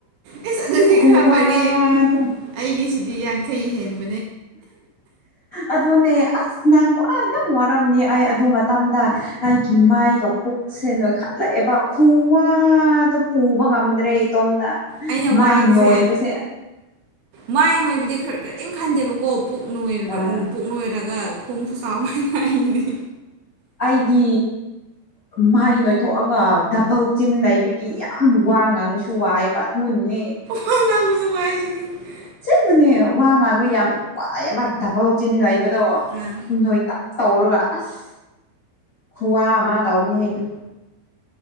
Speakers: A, on the right; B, on the left.
A: ꯑꯦꯁ ꯑꯗꯨꯗꯤ
B: ꯈꯨꯋꯥ
A: ꯈꯔ ꯐꯔꯤ
B: ꯑꯗꯨ
A: ꯑꯩꯒꯤꯁꯤꯗꯤ ꯌꯥꯡꯈꯩ ꯍꯦꯟꯅꯤ
B: ꯑꯗꯨꯅꯦ ꯑꯁ ꯅꯪꯉꯨ ꯑ ꯌꯥꯝ ꯋꯥꯔꯝꯅꯤ ꯑꯩ ꯑꯗꯨ ꯃꯇꯝꯗ ꯑꯩꯒꯤ ꯃꯥꯏꯒ ꯄꯨꯛꯁꯦ ꯅꯣꯏꯈ ꯂꯥꯛꯑꯦꯕ ꯈꯨꯋꯥꯗꯣ ꯄꯨꯕ ꯉꯝꯗ꯭ꯔꯦ ꯏꯇꯣꯝꯗ
A: ꯑꯩꯅ
B: ꯃꯥꯏ
A: ꯋꯥꯕꯁꯦ
B: ꯅꯣꯏꯕꯁꯦ
A: ꯃꯥꯏ ꯅꯣꯏꯕꯗꯤ ꯈꯔ ꯀꯔꯤꯝ ꯈꯟꯗꯦꯕꯀꯣ ꯄꯨꯛꯣꯏ
B: ꯑꯥ
A: ꯄꯨꯛ ꯅꯣꯏꯔꯒ ꯈꯣꯡꯁꯨ ꯆꯥꯎꯅ ꯑꯩꯗꯤ
B: ꯑꯩꯗꯤ ꯃꯍꯩ ꯅꯣꯏꯊꯣꯛꯑꯒ ꯗꯕꯜ ꯆꯤꯟ ꯂꯩ ꯀ ꯌꯥꯝ ꯋꯥ ꯉꯥꯡꯉꯨꯁꯨ ꯋꯥꯏ ꯄꯠ ꯍꯨꯟꯅꯤ
A: ꯋꯥ <unintelligible>
B: ꯁꯤꯕꯅꯦ ꯋꯥ ꯉꯥꯡꯕ ꯌꯥꯝ ꯋꯥꯏ ꯑꯃ ꯕꯜ ꯆꯤꯟ ꯂꯩꯕꯗꯣ
A: ꯑꯥ
B: ꯅꯣꯏ ꯇꯞ ꯇꯧꯔꯒ ꯑꯁ ꯈꯨꯋꯥ ꯑꯃ ꯇꯕꯅꯤ ꯍꯥꯏꯗꯨ